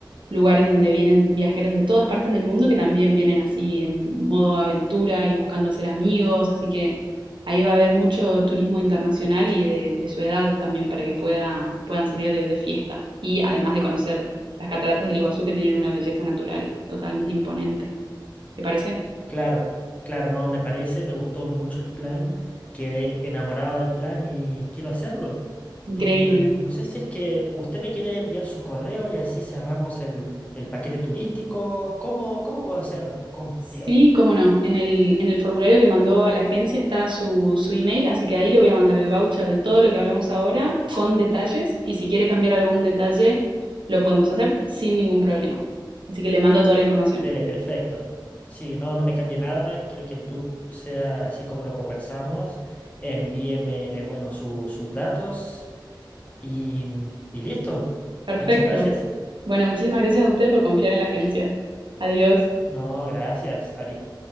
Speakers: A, on the right; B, on the left.
A: lugares donde vienen viajeros de todas partes del mundo que también vienen así en modo aventura y buscando hacer amigos, así que ahí va a haber mucho turismo internacional y de, de su edad también para que pueda, puedan salir de, de fiesta. Y además de conocer las cataratas del Iguazú que tienen una belleza natural totalmente imponente. ¿Te parece?
B: Claro, c- claro, no me parece, me gustó mucho el plan, quedé enamorado del plan y quiero hacerlo.
A: Increíble.
B: Em, no sé si es que usted me quiere enviar su correo y así cerramos el, el paquete turístico. ¿Cómo, cómo puedo hacerlo? ¿Cómo?
A: Sí,
B: Dígame.
A: cómo no. En el, en el formulario que mandó a la agencia está su, su email, así que ahí le voy a mandar el voucher de todo lo que hablamos ahora con detalles y si quiere cambiar algún detalle lo podemos hacer sin ningún problema. Así que le mando toda la información.
B: Dele, perfecto. Sí, no, no me cambie nada. Quiero que el tour sea así como lo conversamos. Envíeme, bueno, su- sus datos y, y listo.
A: Perfecto.
B: Muchas gracias.
A: Bueno, muchísimas gracias a usted por confiar en la agencia. Adiós.
B: No, gracias. Adiós.